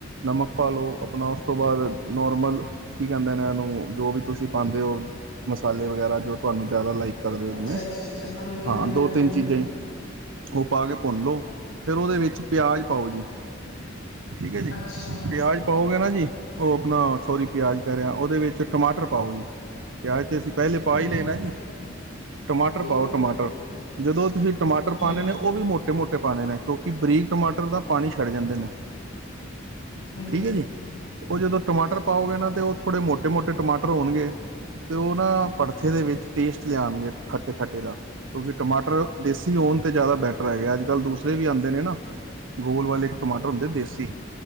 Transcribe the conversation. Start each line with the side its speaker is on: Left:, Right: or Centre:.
Right: ਨਮਕ ਪਾ ਲੋ ਆਪਣਾ ਉਸ ਤੋਂ ਬਾਅਦ ਨੋਰਮਲ ਕੀ ਕਹਿੰਦੇ ਇਹਨੂੰ ਜੋ ਵੀ ਤੁਸੀਂ ਪਾਉਂਦੇ ਹੋ ਮਸਾਲੇ ਵਗੈਰਾ ਜੋ ਤੁਹਾਨੂੰ ਜ਼ਿਆਦਾ ਲਾਈਕ ਦਰਦ
Left: ਅੱਛਾ ਅੱਛਾ
Right: <unintelligible>
Left: ਅੱਛਾ ਹਾਂਜੀ ਹਾਂਜੀ
Right: ਹਾਂ ਦੋ
Left: ਹਾਂਜੀ
Right: ਤਿੰਨ ਚੀਜ਼ਾਂ
Left: ਹਾਂਜੀ
Right: ਹੀ ਉਹ ਪਾ ਕੇ ਭੁੰਨ ਲਓ ਫਿਰ ਉਹਦੇ ਵਿੱਚ ਪਿਆਜ ਪਾਓ ਜੀ ਠੀਕ ਹੈ ਜੀ
Left: ਅੱਛਾ
Right: ਪਿਆਜ ਪਾਓਗੇ ਜੀ ਉਹ ਆਪਣਾ ਸੋਰੀ ਪਿਆਜ਼ ਕਹਿ ਰਿਹਾ ਉਹਦੇ ਵਿੱਚ ਟਮਾਟਰ ਪਾਓ ਜੀ ਪਿਆਜ਼ 'ਤੇ ਅਸੀਂ ਪਹਿਲੇ
Left: ਹਾਂਜੀ
Right: ਪਾ ਹੀ ਲੈ
Left: ਹਾਂਜੀ
Right: ਜੀ ਟਮਾਟਰ
Left: ਜੀ
Right: ਪਾਓ
Left: ਜੀ
Right: ਟਮਾਟਰ ਜਦੋਂ ਤੁਸੀਂ ਟਮਾਟਰ
Left: ਹਾਂਜੀ
Right: ਪਾਉਂਣੇ ਨੇ ਉਹ ਵੀ ਮੋਟੇ ਮੋਟੇ ਪਾਉਣੇ ਨੇ ਕਿਉਂਕਿ ਬਰੀਕ ਟਮਾਟਰ ਦਾ ਪਾਣੀ ਛੱਡ ਜਾਂਦੇ ਨੇ ਠੀਕ
Left: ਹੂੰ
Right: ਹੈ ਜੀ ਉਹ ਜਦੋਂ ਟਮਾਟਰ ਪਾਓਗੇ ਨਾ ਤੇ ਉਹ ਥੋੜੇ ਮੋਟੇ ਮੋਟੇ ਟਮਾਟਰ ਹੋਣਗੇ ਤੇ ਉਹ ਨਾ ਭਰਥੇ ਦੇ ਵਿੱਚ ਟੇਸਟ ਲਿਆਣਗੇ ਖੱਟੇ -ਖੱਟੇ ਦਾ ਕਿਉਂਕਿ ਟਮਾਟਰ ਦੇਸੀ ਹੋਣ ਤੇ ਜ਼ਿਆਦਾ ਬੈਟਰ ਹੈਗੇ ਅੱਜ ਕੱਲ ਦੂਸਰੇ ਵੀ ਆਂਦੇ ਨੇ ਨਾ ਗੋਲ ਵਾਲੇ ਟਮਾਟਰ ਹੁੰਦੇ
Left: ਹੂੰ ਹੂੰ
Right: ਦੇਸੀ